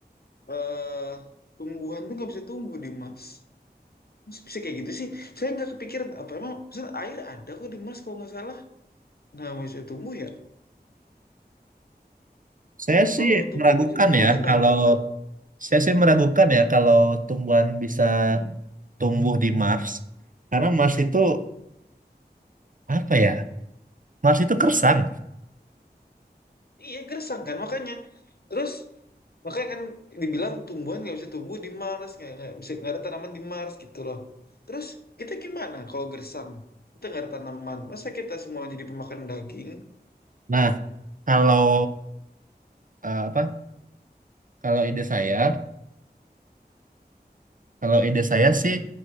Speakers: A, on the left; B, on the right.
A: eh tumbuhan tuh nggak bisa tumbuh di Mars. Masa bisa kayak gitu sih? Saya nggak kepikiran apa emang maksudnya air ada kok di Mars kalau nggak salah. Nah, nggak bisa tumbuh ya.
B: Saya
A: Nah,
B: sih
A: kalau tumbuhan
B: meragukan
A: nggak bisa tumbuh
B: ya
A: gimana
B: kalau
A: dong?
B: saya sih meragukan ya kalau tumbuhan bisa tumbuh di Mars karena Mars itu apa ya? Mars itu kersang.
A: Iya, gersang kan makanya. Terus makanya kan dibilang tumbuhan nggak bisa tumbuh di Mars, nggak nggak bisa nggak ada tanaman di Mars gitu loh. Terus kita gimana kalau gersang? Kita nggak ada tanaman. Masa kita semua jadi pemakan daging?
B: Nah, kalau eh, apa? Kalau ide saya, kalau ide saya sih